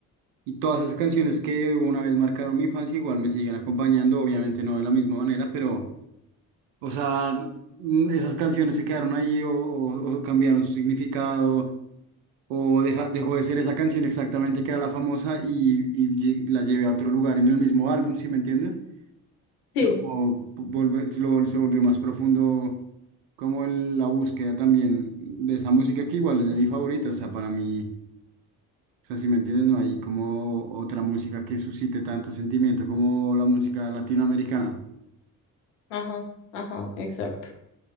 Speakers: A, on the right; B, on the left.
A: Y todas esas canciones que una vez marcaron mi infancia igual me siguen acompañando, obviamente no de la misma manera, pero, o sea, mm, esas canciones se quedaron ahí o, o- o cambiaron su significado o deja- dejó de ser esa canción exactamente que era la famosa y, y lle- la llevé a otro lugar en el mismo álbum, ¿sí me entiendes?
B: Sí,
A: O sea, como volve- se lo- se volvió más profundo como el- la búsqueda también de esa música que igual es de mi favorita, o sea, para mí. O sea, si me entiendes, no hay como otra música que suscite tanto sentimiento como la música latinoamericana.
B: ajá, ajá, exacto,